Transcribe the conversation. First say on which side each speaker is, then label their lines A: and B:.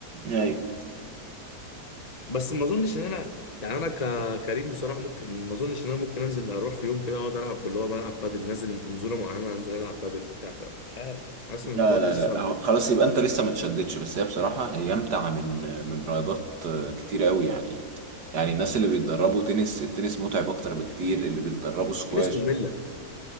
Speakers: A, on the right (about 70°); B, on the left (about 25°).
A: ايوه
B: بس ما أظنش إن أنا يعني أنا ك- كريم بصراحة ممكن ما أظنش إن أنا ممكن أنزل أروح في يوم كده أقعد ألعب اللي هو بلعب بدل نازل نزولة معينة أنزل ألعب بدل بتاع مش عارف حاسس إن
A: لا
B: الحوار
A: لا
B: لسه
A: لا هو- خلاص يبقى انت لسه ما تشددش بس هي بصراحة هي امتع من من رياضات كتير قوي يعني يعني الناس اللي بيتدربوا تنس التنس متعب اكتر بكتير اللي بيتدربوا سكواش
B: كان اسمه ملة